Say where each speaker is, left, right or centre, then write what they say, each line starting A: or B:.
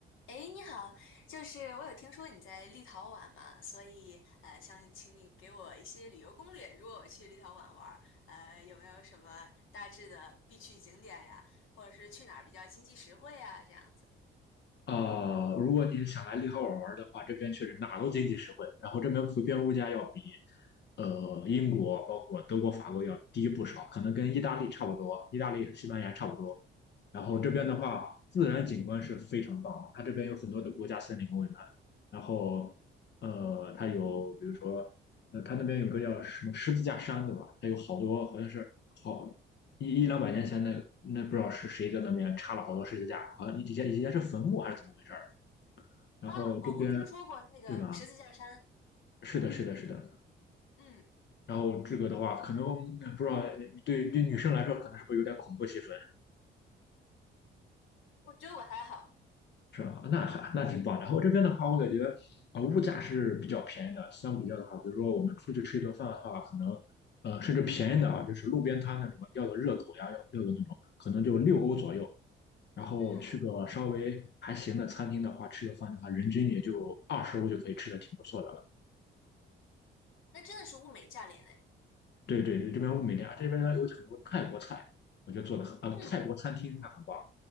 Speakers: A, on the left (about 85°); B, on the left (about 60°).
A: 诶，你好，就是我有听说你在立陶宛嘛，所以呃，想请你给我一些旅游攻略。如果我去立陶宛玩儿，呃，有没有什么大致的必去景点呀，或者是去哪儿比较经济实惠呀，这样子？
B: 啊、如果你想来立陶宛玩的话，这边确实哪儿都经济实惠，然后这边普遍物价要比呃英国、包括德国、法国要低不少，可能跟意大利差不多，意大利、西班牙差不多。然后这边的话，
A: 嗯，
B: 自然景观是非常棒的，它这边有很多的国家森林公园，然后呃，它有比如说呃，它那边有个叫什么十字架山，对吧？它有好多好像是好。一一两百年前那那不知道是谁在那边插了好多十字架，好像以前以前是坟墓还是怎么回事儿？然后这边
A: 啊，我我听说过那个十字架山，
B: 对吧？是的，是的，是的。
A: 嗯，
B: 然后这个的话，可能呃不知道对对女生来说，可能是不是有点恐怖气氛，
A: 我觉得我还好，
B: 是吧？那还那挺棒。然后这边的话，我感觉啊、呃物价是比较便宜的，相比较的话，比如说我们出去吃一顿饭的话，可能呃甚至便宜的啊，就是路边摊那种要个热狗呀，要要个那种，可能就六欧左右。然后去个稍微还行的餐厅的话，
A: 嗯，
B: 吃个饭的话，人均也就二十欧就可以吃的挺不错的了。
A: 那真的是物美价廉诶。
B: 对对对，这边物美价廉，这边呢有很多泰国菜，我觉得做的很，呃，
A: 嗯。
B: 泰国餐厅它很棒。